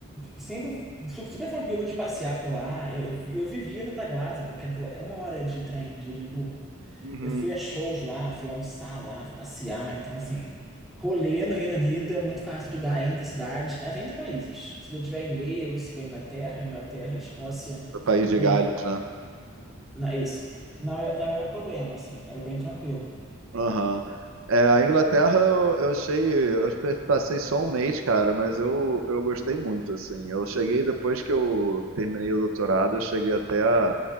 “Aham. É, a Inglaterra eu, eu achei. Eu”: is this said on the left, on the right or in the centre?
Right